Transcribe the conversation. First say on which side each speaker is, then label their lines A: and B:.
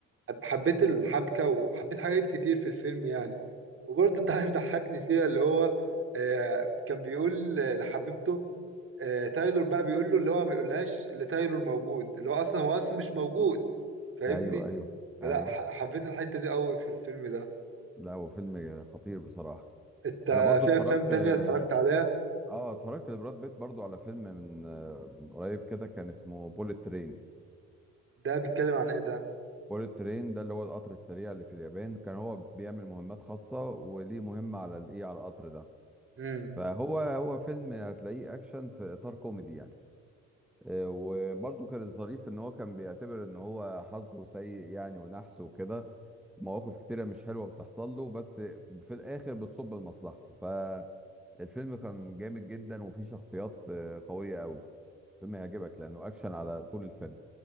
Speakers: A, on the right; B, in the centre.
A: حب- حبيت الحبكة وحبيت حاجات كتير في الفيلم يعني وبرضه انت عارف ضحكني فيها اللي هو آه، كان بيقول لحبيبته آه، تايلور بقى بيقول له اللي هو ما يقولهاش اللي تايلور موجود اللي هو اصلا هو اصلا مش موجود فاهمني
B: ايوه ايوه
A: فلا
B: ايوه
A: ح- حبيت الحتة دي قوي في الفيلم ده
B: لا هو فيلم خطير بصراحه
A: انت
B: انا برضو
A: في
B: اتفرجت
A: افلام تانية
B: اه
A: اتفرجت عليها
B: آه، اتفرجت لبراد بيت برضو على فيلم من آه، من قريب كده كان اسمه بوليت ترين
A: ده بيتكلم عن ايه
B: بوليت ترين ده اللي هو القطر السريع اللي في اليابان كان هو بيعمل مهمات خاصه وليه مهمه على الايه على القطر ده
A: ده
B: فهو هو فيلم هتلاقيه اكشن في اطار كوميدي يعني آه، وبرضه كان الظريف ان هو كان بيعتبر ان هو حظه سيء يعني ونحس وكده مواقف كتيرة مش حلوة بتحصل له بس في الاخر بتصب لمصلحته فالفيلم كان جامد جدا وفيه شخصيات آه، قوية قوي الفيلم هيعجبك لانه اكشن على طول الفيلم